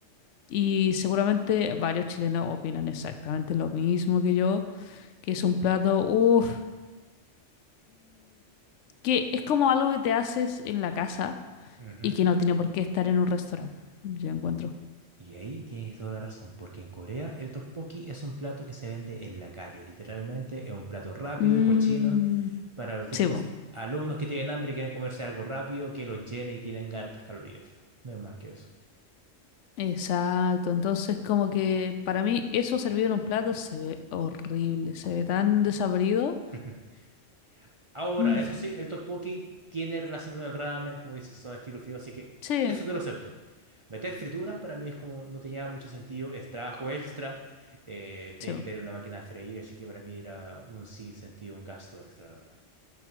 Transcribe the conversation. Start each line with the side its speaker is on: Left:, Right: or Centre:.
Left: Y seguramente varios chilenos opinan exactamente lo mismo que yo, que es un plato, uff, que es como algo que te haces en la casa
Right: ujú.
Left: y que no tiene por qué estar en un restaurante, yo encuentro.
Right: Y ahí tienes toda la razón, porque en Corea el tteokbokki es un plato que se vende en la calle, literalmente es un plato rápido,
Left: Mm,
Right: cochino, para los típicos
Left: sí, po,
Right: alumnos que tienen hambre y quieren comerse algo rápido que los llene y tienen hartas calorías. No es más que eso.
Left: exacto. Entonces, como que para mí eso servido en un plato se ve horrible, se ve tan desabrido.
Right: <laughs> Ahora,
Left: Mm,
Right: eso sí, el tteokbokki tiene relación con el ramen, como dices, son estilos fideos, así que
Left: sí,
Right: eso te lo acepto. Meter frituras para mí es como no tenía mucho sentido, es trabajo extra, eh,
Left: sí.
Right: tienen
Left: po.
Right: que tener una máquina a freír, así que para mí era un sinsentido, un gasto extra, la verdad.